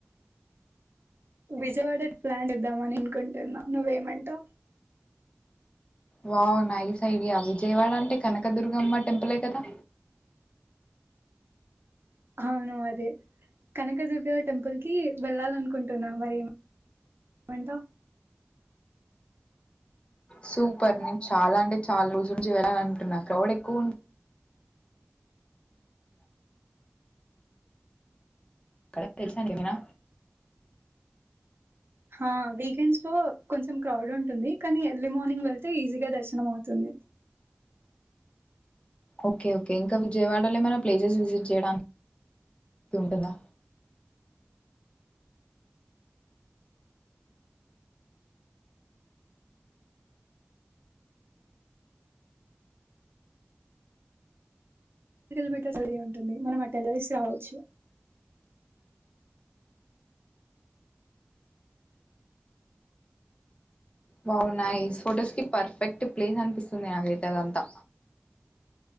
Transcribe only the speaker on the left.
వావ్ నైస్ ఐడియా విజయవాడ అంటే కనకదుర్గమ్మ టెంపులే కదా
సూపర్ నేను చాలా అంటే చాలా రోజుల నుంచి వెళ్ళాలనుకుంటున్నా క్రౌడ్ ఎక్కువ ఉ క్కడ తెలుసా ఏమైనా
ఓకే ఓకే ఇంకా విజయవాడలో ఏమైనా ప్లేసెస్ విజిట్ చేయడానికి ఉంటుందా
బావున్నాయి ఈ ఫొటోస్ కి పర్ఫెక్ట్ ప్లేస్ అనిపిస్తుంది నాకైతే అదంతా